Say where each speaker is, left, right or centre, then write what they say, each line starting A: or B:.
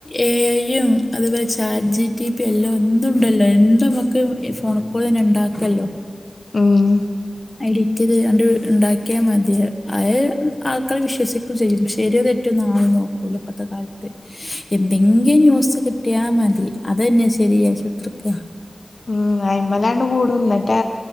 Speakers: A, on the left; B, on the left.
A: ഏ എഐ യും അതുപോലെ ചാജ് ജി പി ടിയും എല്ലാം എന്നും ഇണ്ടല്ലോ എന്തും മക്കും ഫോണക്കൂടി തന്നെ ഇണ്ടാക്കല്ലോ
B: ഉം
A: എഡിറ്റ്ത് അ ഉണ്ടാക്കിയാൽ മതി അത് ആൾക്കൾ വിശ്വസിക്കുക ചെയ്യും ശരിയ തെ റ്റ്ന്ന് ആരും നോക്കൂല ഇപ്പത്തെ കാലത്ത് എന്തെങ്കിലും ന്യൂസ് കിട്ടിയാ മതി അത് തന്നെ ശരി വിചാരിച്ചു കുതിർക്കാ
B: ഉം അയി്മലാണ്ട് കൂടും എന്നിട്ട്